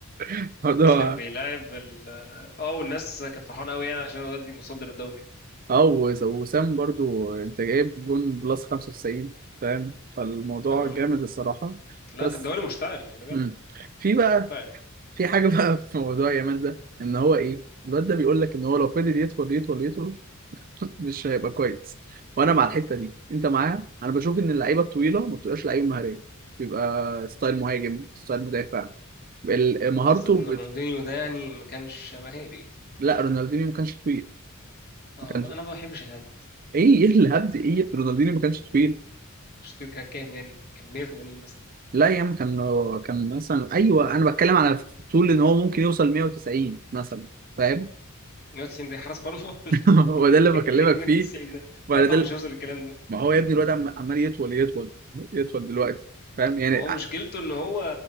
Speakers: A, on the right; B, on the left.
A: الموضوع
B: كان بيلعب ال اه والناس كانت فرحانة أوي يعني عشان الواد مصدر الدوري
A: اه وس- وسام برضه أنت جايب جون بلس 95 فاهم فالموضوع
B: اه
A: جامد الصراحة
B: لا
A: بس
B: في الدوري مشتعل خلي بالك
A: مم. في بقى
B: مشتعل يعني.
A: في
B: مم.
A: حاجة بقى <laughs> في موضوع يامال ده إن هو إيه الواد ده بيقول لك ان هو لو فضل يطول يطول يطول مش هيبقى كويس وانا مع الحته دي انت معايا انا بشوف ان اللعيبه الطويله ما بتبقاش لعيبه مهاريه بيبقى ستايل مهاجم ستايل مدافع ال- مهارته
B: قصدك إن
A: بت...
B: رونالدينيو ده يعني ما كانش مهاري
A: لا رونالدينيو ما كانش طويل
B: اه
A: ما كانش
B: أنا ما بحبش الهام
A: ايه ايه الهبد ايه رونالدينيو ما كانش طويل
B: شفت كان كام يعني كان 180 مثلا
A: لا يا عم كان كان مثلا ايوه انا بتكلم على طول ان هو ممكن يوصل 190 مثلا فاهم
B: 190 ده حارس مرمى
A: <laughs> هو ده اللي بكلمك
B: <laughs> ميكسين
A: فيه
B: ده
A: ما
B: لا طبعا
A: ده
B: مش هيوصل للكلام ده
A: ما هو يا ابني الواد عم- عمال يطول يطول يطول دلوقتي فاهم يعني
B: هو مشكلته ان هو